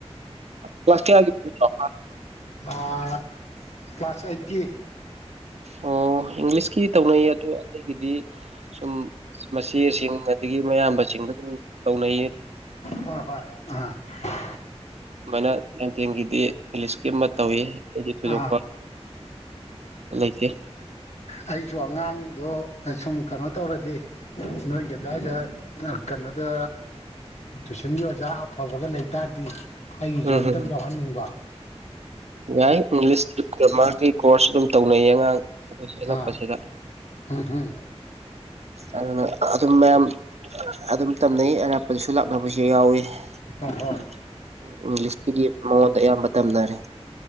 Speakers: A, on the right; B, on the left.
A: ꯀ꯭ꯂꯥꯁ ꯀꯌꯥꯒꯤ <unintelligible>
B: ꯑꯥ ꯀ꯭ꯂꯥꯁ ꯑꯥꯏꯠꯀꯤ
A: ꯑꯣ ꯏꯪꯂꯤꯁꯀꯤ ꯇꯧꯅꯩꯌꯦ ꯑꯗꯣ ꯑꯩꯒꯤꯗꯤ ꯁꯨꯝ ꯃꯆꯦꯁꯤꯡ ꯑꯗꯒꯤ ꯃꯌꯥꯝꯕꯁꯤꯡꯗ ꯑꯗꯨꯝ ꯇꯧꯅꯩꯌꯦ <inaudible>
B: ꯍꯣꯏ ꯍꯣꯏ <unintelligible>
A: ꯑꯗꯨꯃꯥꯏꯅ ꯅꯥꯏꯟ ꯇꯦꯟꯒꯤꯗꯤ ꯀꯣꯂꯦꯖꯀꯤ ꯑꯃ ꯇꯧꯋꯤ <unintelligible> ꯊꯣꯏꯗꯣꯛꯄ
B: ꯑꯥ
A: ꯂꯩꯇꯦ
B: ꯑꯩꯖꯨ ꯑꯉꯥꯡꯗꯣ ꯁꯨꯝ ꯀꯅꯣ ꯇꯧꯔꯗꯤ ꯅꯣꯏꯒꯤ ꯑꯗ꯭ꯋꯥꯏꯗ ꯀꯅꯣꯗ ꯇꯨꯏꯁꯟꯒꯤ ꯑꯣꯖꯥ ꯑꯐꯕꯒ ꯂꯩꯇꯥꯔꯗꯤ ꯑꯩꯒꯤꯖꯨ
A: ꯎꯝ
B: ꯑꯝꯇꯪ
A: ꯎꯝ
B: ꯌꯥꯎꯍꯟꯅꯤꯡꯕ
A: ꯌꯥꯏ ꯏꯪꯂꯤꯁ <unintelligible> ꯒ꯭ꯔꯃꯥꯔꯒꯤ ꯀꯣꯔꯁꯇꯨ ꯇꯧꯅꯩꯌꯦ ꯑꯉꯥꯡ ꯑꯈꯣꯏꯁꯤ ꯑꯅꯛꯄꯁꯤꯗ
B: ꯑꯥ ꯎꯝ ꯍꯝ
A: ꯑꯗꯨꯅ ꯑꯗꯨꯝ ꯃꯌꯥꯝ ꯑꯗꯨꯝ ꯇꯝꯅꯩ ꯑꯔꯥꯞꯄꯗꯁꯨ ꯂꯥꯛꯅꯕꯁꯨ ꯌꯥꯎꯋꯤ ꯏꯪꯂꯤꯁꯀꯤꯗꯤ
B: ꯍꯣꯏ ꯍꯣꯏ
A: ꯃꯉꯣꯟꯗ ꯑꯌꯥꯝꯕ ꯇꯝꯅꯔꯦ